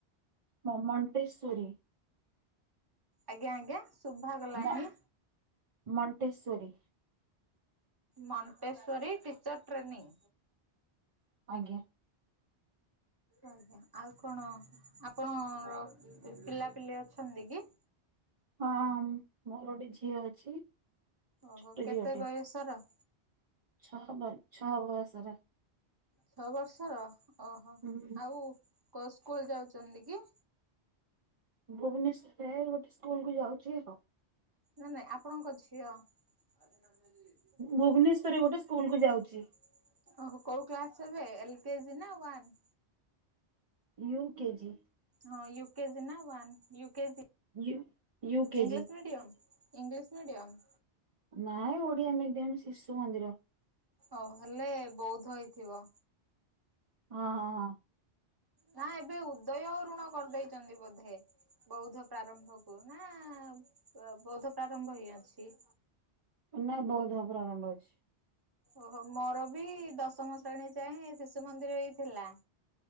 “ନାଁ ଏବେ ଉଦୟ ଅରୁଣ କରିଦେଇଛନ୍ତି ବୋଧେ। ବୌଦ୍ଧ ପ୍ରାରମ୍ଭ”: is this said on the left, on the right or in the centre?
Right